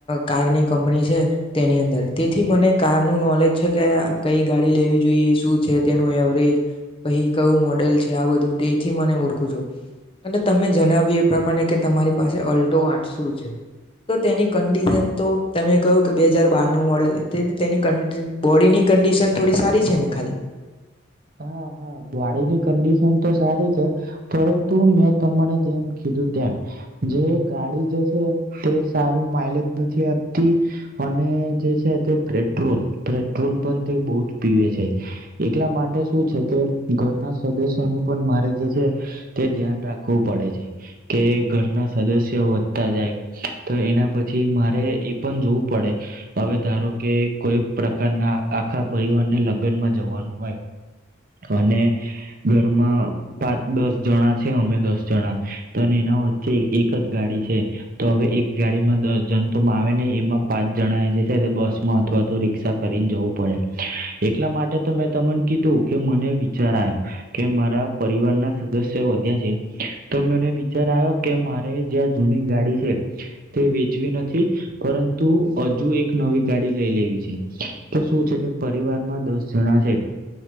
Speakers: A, on the left; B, on the right.
A: કારની કંપની છે તેની અંદર તેથી મને કારનું નોલેજ છે કે કઈ ગાડી લેવી જોઈએ શું છે તેનું એવરેજ પહી કયું મોડલ છે આ બધું તે થી મને ઓળખું છું અને તમે જણાવ્યું એ પ્રમાણે કે તમારી પાસે અલ્ટો આ શું છે તો તેની કંડિશન તો તમે કહ્યું કે બે હજાર બારનું મોડેલ તે તેની કંડ બોડી ની કંડિશન સારી છે ને ખાલી
B: હા હા ગડીની કંડિશન તો સારી છે પરંતુ મેં તમને જેમ કીધું તેમ જે ગાડી જે છે તે સારું માઈલેજ નથી આપતી અને જે છે તે પેટ્રોલ, પેટ્રોલ પણ તે બહુ જ પીવે છે એટલા માટે ઘરના સદસ્ય નું પણ મારે જે છે તે ધ્યાન રાખવું પડે છે કે ઘરના સદસ્ય વધતા જાય તો એના પછી મારે એ પણ જોવું પડે હવે ધારો કે કોઈ પ્રકારના આખા પરિવારને લગ્નમાં જવાનું હોય અને ઘરમાં પાચ દસ જણા છે અમે દસ જણા તો એના વચ્ચે એક જ ગાડી છે તો હવે એક ગાડીમાં દસ જણ તો આવે નહી એમાં પાંચ જણા એ જે છે બસમાં અથવા તો રિક્ષા કરીને જવું પડે એટલા માટે તો મેં તમને કીધું કે મને વિચાર આવ્યો કે મારા પરિવારના સદસ્ય વધ્યા છે તો મને વિચાર આવ્યો કે મારે જેયાં જૂની ગાડી છે તે વેચવી નથી પરંતુ હજુ એક નવી ગાડી લઈ લેવી છે કે શું છે કે પરિવારમાં દસ જણા છે.